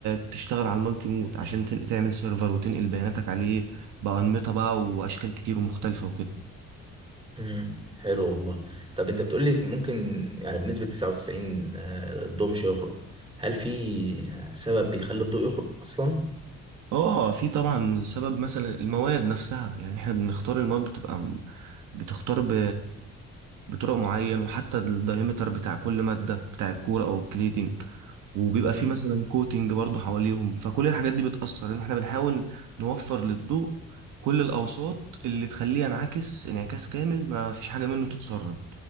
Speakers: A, on the right; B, on the right.
A: بتشتغل على المالتي مود عشان تن... تعمل سيرفر وتنقل بياناتك عليه بأنمطة بقى واشكال كتير ومختلفة وكده
B: امم حلو والله طب انت بتقول لي ممكن يعني بنسبة 99 آه، الضوء مش هيخرج هل في آه، سبب بيخلي الضوء يخرج اصلا
A: اه في طبعا سبب مثلا المواد نفسها يعني احنا بنختار المواد بتبقى م- بتختار ب... بطرق معين وحتى الدايمتر بتاع كل مادة بتاع الكورة او الكليدنج وبيبقى
B: مم.
A: في مثلا كوتنج برضو حواليهم فكل الحاجات دي بتأثر ان احنا بنحاول نوفر للضوء كل الاوساط اللي تخليه ينعكس انعكاس كامل ما فيش حاجة منه تتسرب